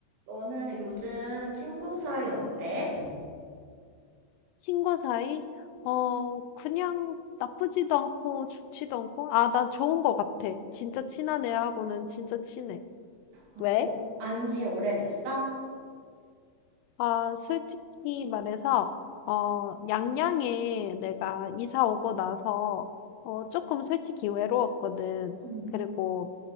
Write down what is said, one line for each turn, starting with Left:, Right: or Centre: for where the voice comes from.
Right: 너는 요즘 친구 사이 어때?
Left: 친구 사이? 어, 그냥 나쁘지도 않고 좋지도 않고, 아, 난 좋은 것 같아. 진짜 친한 애하고는 진짜 친해.
Right: 어,
Left: 왜?
Right: 어, 안지 오래됐어?
Left: 아, 솔직히 말해서, 어, 양양에 내가 이사 오고 나서, 어, 조금 솔직히 외로웠거든.
Right: 음,
Left: 그리고